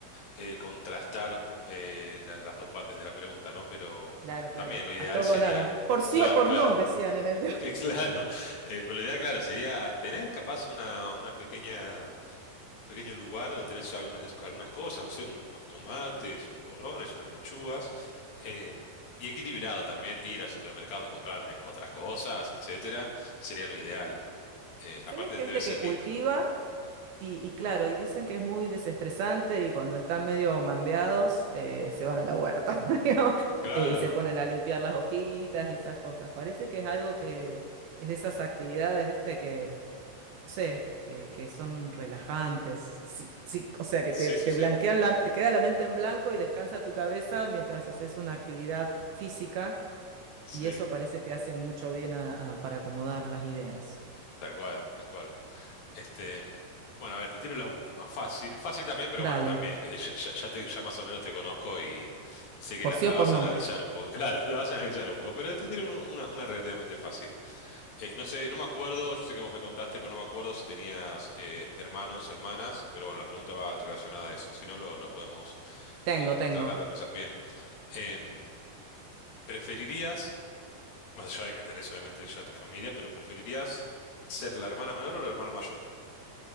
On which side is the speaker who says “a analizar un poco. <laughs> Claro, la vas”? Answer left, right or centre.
Left